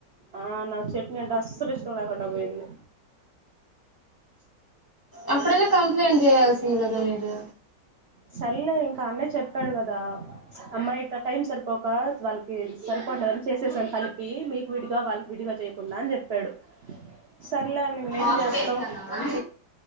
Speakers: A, on the right; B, on the left.
A: ఆ నాక్ చట్నీ అంటే అసలు ఇష్టం లేకుండా పోయింది
B: అప్పుడైనా కంప్లైంట్ చేయాల్సింది కదా మీరు
A: సరేలే ఇంకా అన్నయ చెప్పాడు కదా అమ్మాయి ఇట్టా టైమ్ సరిపోక వాళ్ళకి సరిపోలేదని చేసేసాం కలిపి మీకు విడిగా వాళ్ళకి విడిగా చేయకుండా అని చెప్పాడు సర్లే అని నిన్నేం
B: ఆఫ్
A: చేస్తాం
B: చేస్తాను ఆన్